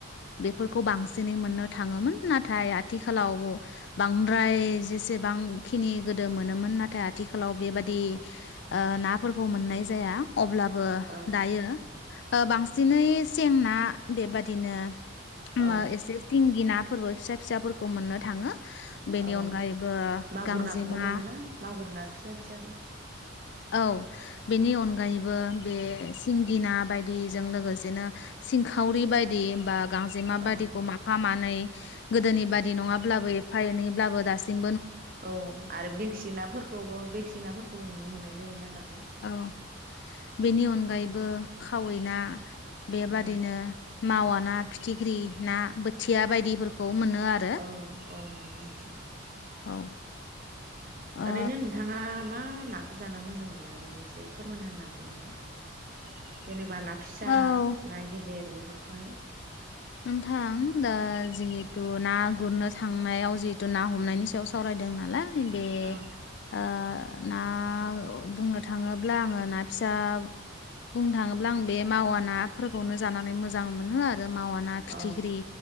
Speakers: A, on the left; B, on the right.
A: बेफोरखौ बांसिनै मोननो थाङोमोन नाथाय आथिखालाव बांद्राय जेसेबांखिनि गोदो मोनोमोन नाथाय आथिखालाव बेबादि ओ नाफोरखौ मोननाय जाया अब्लाबो
B: औ
A: दायो ओ बांसिनै सें ना बेबादिनो
B: औ
A: मा एसे सिंगि ना फोरबो फिसा फिसाफोरखौ मोननो थाङो बेनि
B: औ
A: अनगायैबो
B: मागुर
A: गांजेमा
B: नाखौबो मोनोना मागुर ना फिसा फिसाखौ
A: औ बेनि अनगायैबो बे सिंगि ना बायदिजों लोगोसेनो सिंखावरि बायदि बा गांजेमाबादिखौ
B: औ
A: माफा मानै गोदोनि बादि नङाब्लाबो एफा एनैब्लाबो दासिम
B: औ आरो बिखसि नाफोरखौबो बिख सिनाफोरखौबो नुनो मोननाय जायोना दाब बो
A: औ बेनि अनगायै बो खावै ना बेबादिनो
B: औ
A: मावा ना फिथिख्रि ना बोथिया बायदिफोरखौ मोनो आरो
B: औ औ नंगौ नोंथां
A: औ ओ
B: ओरैनो नोंथाङा मा नाखो जाना मोजां मोननो ओरैनो इसे फोरमायना होनो हागोन नामा जेने बा ना फिसा
A: औ
B: ना गिदिर बेफोर रखाय
A: नोंथां दा जिहेथु ना गुरनो थांनायाव जिहेतु ना हमनायनि सायाव सावरायदों नालाय बे
B: औ
A: ओ ना बुंनो थाङोब्ला आङो ना फिसा बुंनो थाङोब्ला आं बे मावा नाफोरखौनो जानानै मोजां मोनो आरो मा ना फिथिख्रि
B: औ